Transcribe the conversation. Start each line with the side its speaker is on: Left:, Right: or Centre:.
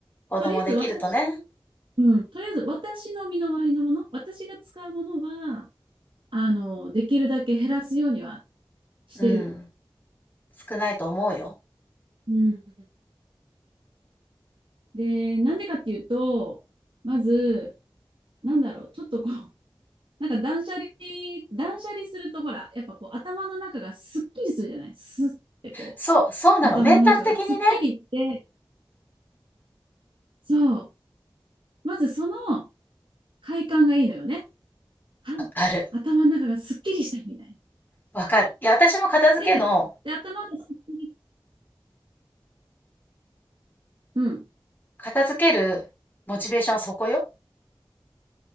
Left: 子供できるとね。
Right: とりあえず私、うん、とりあえず私の身の回りのもの、私が使うものは、あの、できるだけ減らすようにはしてる。
Left: うん。少ないと思うよ。
Right: うん。で、なんでかっていうと、まず、なんだろう、ちょっとこう、なんか断捨離、断捨離するとほら、やっぱこう頭の中がすっきりするじゃないスってこう、
Left: そう、そうなの。
Right: 頭の中がすっきりして、
Left: メンタル的にね。
Right: そう。まずその快感がいいのよね。はい。
Left: わかる。
Right: 頭の中がすっきりしたみたいな。
Left: わかる。いや、私も片付けの
Right: で、で、頭がすっきり、うん、
Left: 片付けるモチベーションはそこよ。